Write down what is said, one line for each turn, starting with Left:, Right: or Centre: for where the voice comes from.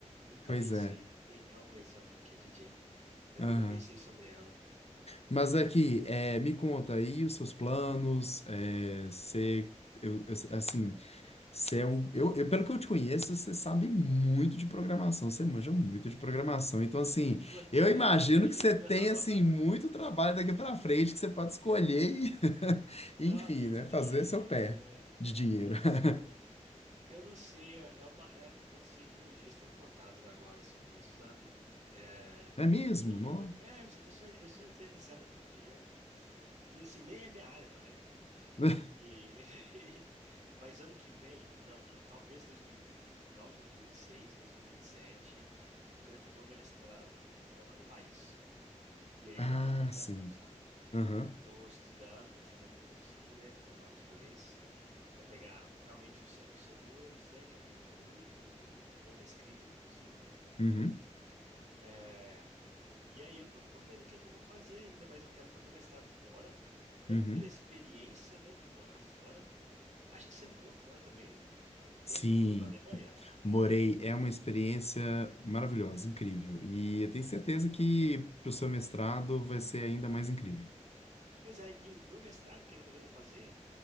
Right: Nunca
Left: Pois
Right: pensei.
Left: é.
Right: Legal conhecer alguém que é DJ. Eu
Left: Aham.
Right: nunca pensei sobre ela.
Left: Mas aqui,
Right: Que-
Left: é, me conta aí os seus planos. É, você, eu, eu- assim, Você é um, eu, eu, pelo que eu te conheço, você sabe muito de programação, você manja muito de programação. Então, assim,
Right: <laughs> Imagina,
Left: eu imagino
Right: imagina,
Left: que você tem,
Right: não.
Left: assim, muito
Right: <laughs>
Left: trabalho daqui para frente que você pode escolher
Right: É.
Left: e, <laughs>
Right: Não,
Left: enfim,
Right: é quem me
Left: né,
Right: dera,
Left: fazer
Right: é
Left: seu
Right: quem
Left: pé
Right: me dera.
Left: de dinheiro.
Right: Meu
Left: <laughs>
Right: sonho. Eu não sei, é é uma, é- eu sei que meus dias estão contados agora sobre isso, sabe? É,
Left: Não é mesmo?
Right: eu, eu,
Left: Não?
Right: eu- é, eu só, eu só entrei nessa área por causa do dinheiro. E assim, nem é minha área também.
Left: <laughs>
Right: E, <laughs> mas ano que vem, não, ah, talvez 2020, final de 2026, 2027, eu tô querendo fazer um mestrado fora do país. E aí
Left: Ah,
Right: eu já tô me programando,
Left: sim.
Right: sabe?
Left: Aham.
Right: Estou estudando, estou fazendo cursinho, né? Estou fazendo aula de inglês para pegar realmente o, C, o C2, né? Que é um nível muito, muito bom na escrita, inclusive.
Left: Uhum.
Right: É, e aí eu tô, tô vendo o que que eu vou fazer ainda, mas eu quero fazer um mestrado fora, tanto
Left: Uhum.
Right: pela experiência, né, de morar fora. Acho que você morou fora também um tempo,
Left: Sim.
Right: não morou na Alemanha?
Left: Morei é uma experiência maravilhosa, incrível. E eu tenho certeza que para o seu mestrado vai ser ainda mais incrível.
Right: Pois é, e o, o meu mestrado, o que que eu tô querendo fazer?